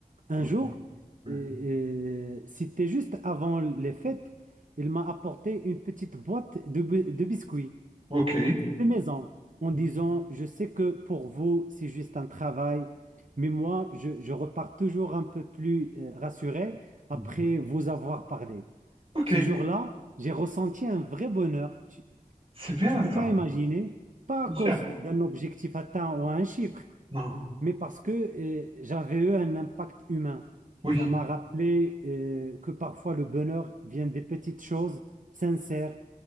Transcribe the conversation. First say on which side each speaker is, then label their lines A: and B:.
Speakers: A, on the right; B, on the right.
A: Un
B: Ok.
A: jour,
B: ouais.
A: euh, euh, c'était juste avant les fêtes, il m'a apporté une petite boîte de, bi- de biscuits
B: Ok.
A: de maison en
B: Mhm,
A: disant, je sais que pour vous, c'est juste un travail, mais moi, je, je repars toujours un peu plus euh, rassuré après
B: mhm.
A: vous avoir parlé.
B: Ok.
A: Ce jour-là, j'ai ressenti un vrai bonheur. Tu,
B: C'est bien
A: tu peux
B: ça.
A: pas imaginer, pas
B: Bien.
A: à cause
B: sûr.
A: d'un objectif atteint ou un chiffre,
B: Non.
A: mais parce que euh, j'avais eu un impact humain.
B: Oui.
A: Ça m'a rappelé euh, que parfois le bonheur vient des petites choses sincères